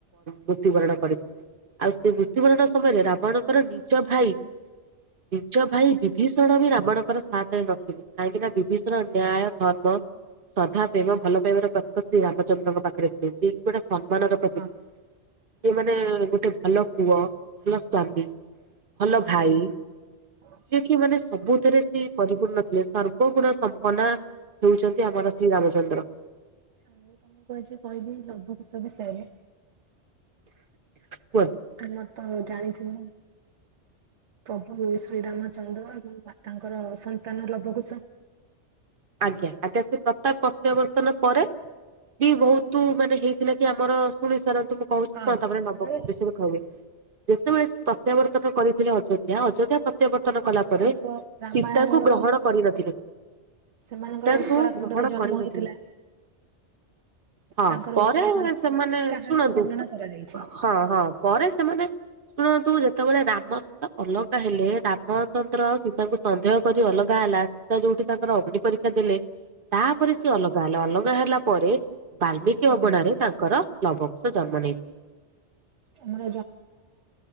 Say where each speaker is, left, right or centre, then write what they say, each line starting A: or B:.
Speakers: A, on the right (about 50°); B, on the right (about 75°).
A: ମୃତ୍ୟୁବରଣ କରିଥିଲେ। ଆଉ ସେ ମୃତ୍ୟୁବରଣ ସମୟରେ ରାବଣଙ୍କର ନିଜ ଭାଇ ନିଜ ଭାଇ ବିଭୀଷ ଭଷଣ ବି ରାବଣଙ୍କର ସାଥରେ ନଥିଲେି କାହିଁକି ନା ବିଭୀଷଣ ନ୍ୟାୟ ଧର୍ମ ଶ୍ରଧା ପ୍ରେମ ଭଲ ପାଇବାର ପ୍ରତୀକ ଶ୍ରୀ ରାମଚନ୍ଦ୍ରଙ୍କ ପାଖରେ ଥିଲେ ଯିଏକି ଗୋଟେ ସମ୍ମାନର ପ୍ରତୀକ
B: ହଁ
A: ଯିଏ ମାନେ ଗୋଟେ ଭଲ ପୁଅ ଭଲ ସ୍ଵାମୀ ଭଲ ଭାଇ
B: ହଁ ଆଚ୍ଛା <inaudible>
A: ଯିଏ କି ମାନେ ସବୁଥିରେ ସେ ପରିପୂର୍ଣ୍ ନ ଥିଲେ ସର୍ବଗୁଣା ସମ୍ପନା ହଉଛନ୍ତି ଆମର ଶ୍ରୀରାମଚନ୍ଦ୍ର
B: ମୁଁ ତମକୁ ଆଜି କହିବି ଲବୁକୋଷ ବିଷୟରେ
A: କୁହନ୍ତୁ
B: ଆମର ତ ଆଉ ଜାଣିଥିଲ ପ୍ରଭୁ ଶ୍ରୀରାମଚନ୍ଦ୍ର ଏବଂ ମାତାଙ୍କର ସନ୍ତାନ ଲବକୁଷ
A: ଆଜ୍ଞା ଆଜ୍ଞା ସେ ପ୍ରତାପ ପ୍ରତ୍ୟାବର୍ତ୍ତନ ପରେ ବି ବହୁତ ମାନେ ହେଇଥିଲା କି ଆମର ଶୁଣି ସାରନ୍ତି ମୁଁ କହୁଛି
B: ହଁ
A: କଣ ତାପରେ ଲବକଷ
B: ଏ
A: ବିଷୟରେ କହିବେ ଯେତେବେଳେ ସେ ପ୍ରତ୍ୟାବର୍ତ୍ତନ କରିଥିଲେ ଅଯୋଧ୍ୟ ଅଯୋଧ୍ୟା ପ୍ରତ୍ୟାବର୍ତ୍ତନ କଲା ପରେ
B: ତାଙ୍କ ରାମାୟଣର
A: ସୀତାଙ୍କୁ ଗ୍ରହଣ କରିନଥିଲେ।
B: ସେମାନଙ୍କର
A: ସୀତାଙ୍କୁ
B: ଉତ୍ତରାଖଣ୍ଡରେ
A: ଗ୍ରହଣ
B: ଜନ୍ମ
A: କରିନଥିଲେ
B: ହୋଇଥିଲା
A: ହଁ
B: ତାଙ୍କର
A: ପରେ
B: ଉତ୍ତରାଖଣ୍ଡର
A: ସେମାନେ
B: କାହାଣୀ
A: ଶୁଣନ୍ତୁ
B: ବର୍ଣ୍ଣନା କରାଯାଇଛି
A: ହଁ ହଁ ପରେ ସେମାନେ ଶୁଣନ୍ତୁ ଯେତେବେଳେ ରାମ ସୀତା ଅଲଗା ହେଲେ ରାମଚନ୍ଦ୍ର ସୀତାଙ୍କୁ ସନ୍ଦେହ କରି ଅଲଗା ହେଲା ସୀତା ଯୋଉଠି ତାଙ୍କର ଅଗ୍ନି ପରୀକ୍ଷା ଦେଲେ ତାପରେ ସେ ଅଲଗା ହେଲେ ଅଲଗା ହେଲା ପରେ ବାଲ୍ମିକି
B: ହଁ
A: ଅଗଣାରେ ତାଙ୍କର ଲବକୋଷ ଜନ୍ମ ନେଇ
B: ଆମର